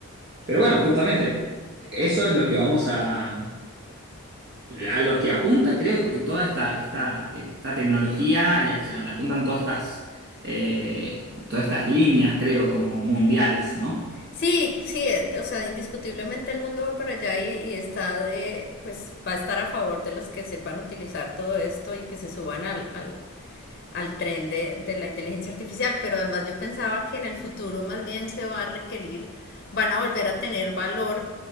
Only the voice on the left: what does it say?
Sí, sí, eh, o sea, indiscutiblemente el mundo va para allá y, y está de, pues va a estar a favor de los que sepan utilizar todo esto y que se suban al, al, al tren de, de la inteligencia artificial. Pero además yo pensaba que en el futuro más bien se va a requerir, van a volver a tener valor